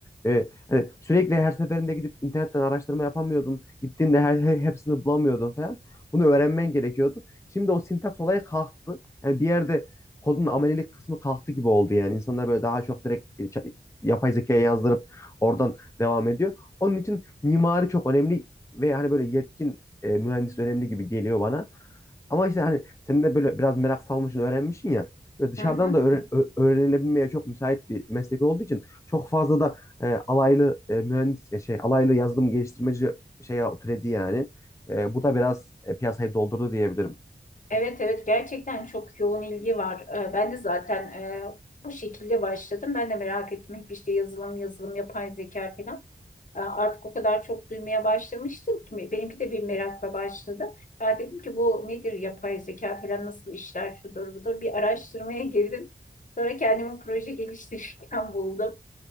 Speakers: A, on the left; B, on the left.
A: e, hani sürekli her seferinde gidip internetten araştırma yapamıyordun. Gittiğinde her, he- hepsini bulamıyordun falan. Bunu öğrenmen gerekiyordu. Şimdi o sintaks olayı kalktı. Yani bir yerde kodun amelilik kısmı kalktı gibi oldu yani. İnsanlar böyle daha çok direkt e, ça- yapay zekaya yazdırıp oradan devam ediyor. Onun için mimari çok önemli ve hani böyle yetkin e, mühendis önemli gibi geliyor bana. Ama işte hani sen de böyle biraz merak salmışsın, öğrenmişsin ya. Böyle dışarıdan
B: hı hı.
A: da öğren- ö- öğrenilebilmeye çok müsait bir meslek olduğu için çok fazla da e, alaylı e, mühendis ya şey alaylı yazılım geliştirmeci şeye türedi yani. E, bu da biraz e, piyasayı doldurdu diyebilirim.
B: Evet evet gerçekten çok yoğun ilgi var. E, ben de zaten e, bu şekilde başladım. Ben de merak ettim hep işte yazılım yazılım yapay zeka falan. E, Artık o kadar çok duymaya başlamıştım ki benimki de bir merakla başladı. Ben dedim ki bu nedir yapay zeka falan nasıl işler şudur budur bir araştırmaya girdim. Sonra kendimi proje geliştirirken <laughs> buldum.